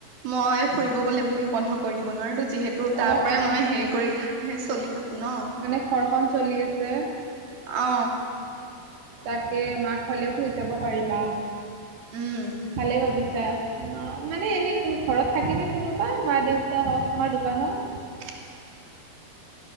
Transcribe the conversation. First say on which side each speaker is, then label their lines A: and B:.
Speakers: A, on the right (about 65°); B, on the right (about 85°).
A: মই ফুৰিব গ'লে বুলি বন্ধ কৰি দিব নোৱাৰোটো যিহেতু তাৰ
B: অ
A: পৰাই
B: অ
A: মই
B: অ
A: হেৰি কৰি চলি থাকো। ন
B: মানে ঘৰখন চলি আছে।
A: অ
B: তাকে মাক হলেও থৈ যাব পাৰিবা,
A: উম
B: ভালেই ভাবিছ আচ্ছা, মানে এনেই কোন ঘৰত থাকেনে কোনোবা মা দেউতা হওক তোমাৰ দোকানত?
A: <inaudible>